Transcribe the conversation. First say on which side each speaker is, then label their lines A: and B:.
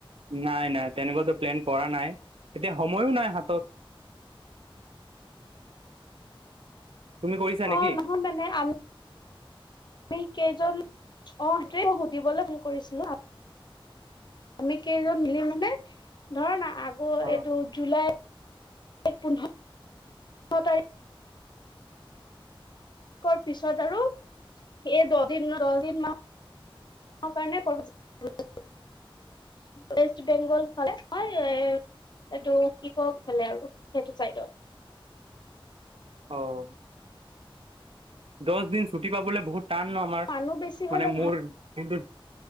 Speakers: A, on the right; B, on the left.
A: নাই, নাই। তেনেকুৱাটো প্লেন কৰা নাই। এতিয়া সময়ো নাই হাতত। তুমি কৰিছা
B: অ
A: নেকি?
B: মানে আম্‌ মি কেইজন, অঁ সেইটোৱেই সুধিবলৈ ফোন কৰিছিলোঁ। আ আমি কেইজন মিলি মানে, ধৰ না আগ
A: অ
B: এইটো জুলাই পোন্ধ-ৰ তাৰিখ্‌ খৰ পিছত আৰু এই দহ দিন দহ দিন মানৰ কাৰণে কৰবাত যোৱাৰ ৱেষ্ট বেংগল ফালে হয় এ এইটো কিক্‌কক ফালে আৰু সেইটো চাইডত।
A: অহ। দহ দিন ছুটি পাবলৈ বহুত টান ন আমাৰ,
B: মানুহ বেছি
A: মানে
B: হলে
A: মোৰ।
B: ভাল
A: যোনটো,